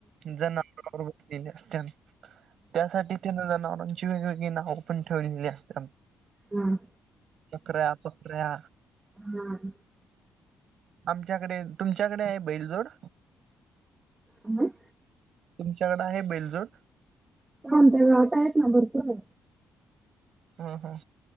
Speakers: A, on the right; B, on the right.
A: जवर बसले असत त्यासाठी जनावरांची वेगवेगळी नावं पण ठेवलेली असत
B: हम्म
A: पकऱ्या पकऱ्या
B: हम्
A: आमच्याकडे तुमच्याकडे आहे बैलजोड
B: ह
A: तुमच्याकड आहे बेलजोड,
B: आमच्या गावात आहेत ना भरपूर आहे.
A: हम हम